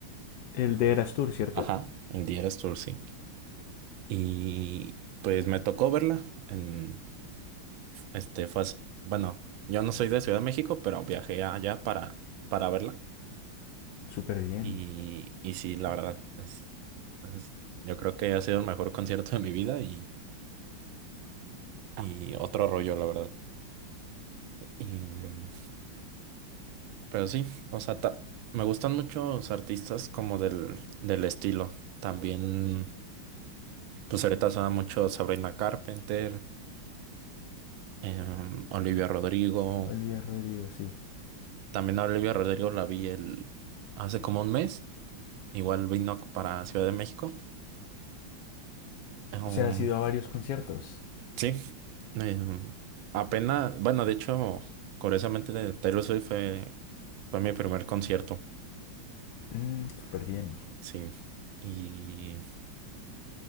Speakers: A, on the left; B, on the right.
A: El
B: Y,
A: de Eras Tour, ¿cierto?
B: ajá, el Eras Tour, sí. Y pues me tocó verla. en Este fue, as- bueno, yo no soy de Ciudad de México, pero viajé allá para, para verla.
A: Súper bien.
B: Y, y sí, la verdad, es, es- yo creo que ha sido el mejor concierto de mi vida y, y otro rollo, la verdad. Y, mm, pero sí, o sea, ta- me gustan muchos artistas como del, del estilo. También, pues ahorita suena mucho Sabrina Carpenter, em, Olivia Rodrigo.
A: Olivia Rodrigo, sí.
B: También a Olivia Rodrigo la vi el, hace como un mes. Igual vino para Ciudad de México. Um,
A: O sea, has ido a varios conciertos.
B: sí, em, apenas, bueno, de hecho, curiosamente de Taylor Swift fue, fue mi primer concierto,
A: Mm, súper bien.
B: sí. Y